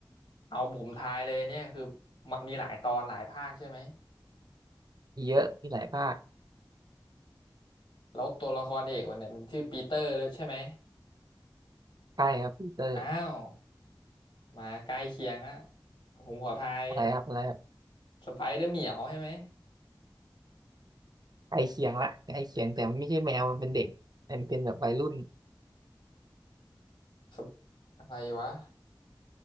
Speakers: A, on the left; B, on the right.
A: เอาผมทายเลยเนี่ยคือมันมีหลายตอนหลายภาคใช่ไหม
B: มีเยอะมีหลายภาค
A: แล้วตัวละครเอกมันเนี่ยมันชื่อปีเตอร์เลยใช่ไหม
B: ใช่ครับปีเตอร์
A: อ้าว มาใกล้เคียงแล้วผมขอทาย
B: อะไรครับอะไรครับ
A: สไปเดอร์เหมียวใช่ไหม
B: ใกล้เคียงละใกล้เคียงแต่มันไม่ใช่แมวมันเป็นเด็กมันเป็นแบบวัยรุ่น
A: สปอะไรวะ